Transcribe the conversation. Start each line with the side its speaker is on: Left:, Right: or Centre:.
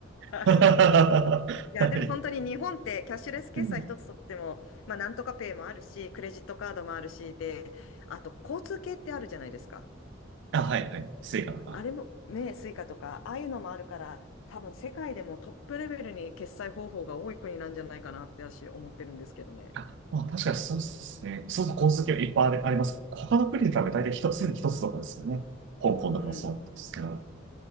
Right: <laughs> は
Left: りがとうございます。いや、でも本当に日本ってキャッシュレス決済一つとっても、
Right: い。うん。
Left: まあなんとかペイもあるし、クレジットカードもあるし、で、あと交通系ってあるじゃないですか。
Right: あ、はいはい。スイカとか。
Left: あれもね、スイカとか、ああいうのもあるから、多分世界でもトップレベルに決済方法が多い国なんじゃないかなって私思ってるんですけどね。
Right: あ、まあ確かにそうですね。そうそう、交通はいっぱいあり、あります。他の国に比べ大体一つ、一つとかですよね。香港とかもそうなんですけど。
Left: うん。